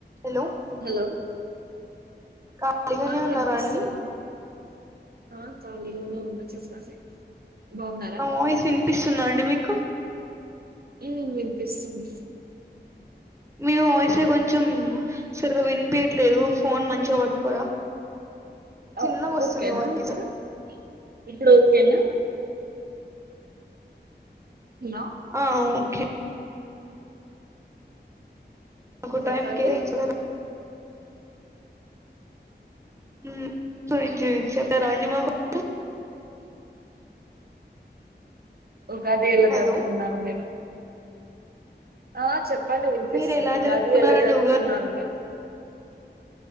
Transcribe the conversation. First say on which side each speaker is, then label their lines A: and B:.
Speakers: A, on the right; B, on the right.
A: Hello
B: hello
A: ఖాళీగానే
B: ఆ
A: ఉన్నారా
B: వినిపిస్తున్నాను
A: అండి
B: ఆ ఖాళీగానే ఉన్న చెప్పండి బాగున్నారా
A: నా వాయిస్ వినిపిస్తుంద అండి మీకు
B: మ్మ్ వినిపిస్తుంది
A: మీ వాయిసే కొంచెం సరిగ్గా వినిపియట్లేదు ఫోన్ మంచిగా పట్టుకోరా
B: ఆ
A: చిన్నగా వస్తుంది
B: ఓకే
A: వాయిస్
B: నా ఇప్పుడు ఇప్పుడు ఓకేనా హలో
A: ఆ ఓకే <unintelligible>
B: చెప్పండి
A: మ్మ్ <unintelligible> చెప్తారా మాకు <inaudible>
B: ఉగాది ఎలా
A: హలో
B: జరుపుకున్నారు మీరు ఆ చెప్ చెప్పడి వినిపిస్తుంది
A: మీరు ఎలా
B: ఉగాది
A: జరుపుకున్నారండి
B: ఎలా జరుపుతున్నారు
A: ఉగాది
B: మీరు